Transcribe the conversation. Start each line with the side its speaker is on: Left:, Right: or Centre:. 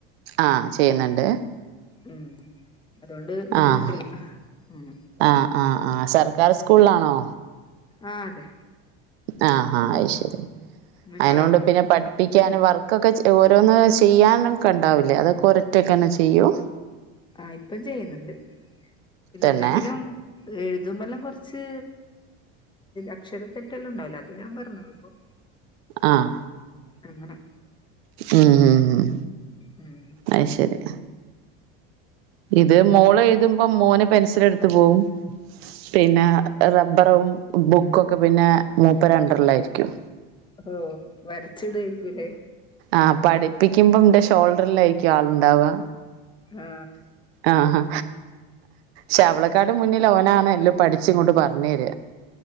Right: ആഹ് ചെയ്യുന്നുണ്ട്
Left: ഉം അതുകൊണ്ട് ബുദ്ധിമുട്ടില്ല
Right: ആഹ്
Left: ഉം
Right: ആഹ് ആഹ് ആഹ് സർക്കാർ സ്കൂള്ലാണോ
Left: ആഹാ അതെ.
Right: ആഹആഹാ അഹ് ശരി
Left: നിങ്ങളോ
Right: അയനോണ്ട് പിന്നെ പ- ഠിപ്പിക്കാനും വർക്കൊക്കെ ഓരോന്ന് ചെയ്യാനൊക്കെ ണ്ടാവില്ലേ, അതൊക്കോ രൊറ്റൊക്കെന്നെ ചെയ്യും.
Left: ആഹ് ഇപ്പം ചെയ്യുന്നുണ്ട്, പിന്നെന്തെങ്കിലും,
Right: തന്നെ
Left: എഴുതുമ്പെല്ലാം കൊറച്ച് അക്ഷര തെറ്റെല്ലാം ഉണ്ടാവില്ലേ, അത് ഞാൻ പറഞ്ഞു കൊടുക്കും.
Right: ആഹ്.
Left: അങ്ങനെ.
Right: ഉം ഉം ഉം.
Left: ഉം.
Right: അയ് ശരി. ഇത് മോള് എഴുതുമ്പോ മോന്- പെൻസിലെടുത്ത് പോവും, പിന്നെ റ- ബ്ബറും ബുക്കൊക്കെ പിന്നെ മൂപ്പരെണ്ടർലായിരിക്കും.
Left: ഓ വരച്ചിടേര്ക്കൂല്ലേ?
Right: ആഹ് പഠിപ്പിക്കുമ്പോന്റെ ഷോൾഡർലായിരിക്കും ആള്ണ്ടാവ.
Left: ആഹ്.
Right: ആഹ്. ശാവളക്കാട് മുന്നിലവനാണ് എല്ലും, പഠിച്ച്ങ്ങോട്ട് പറഞ്ഞേര.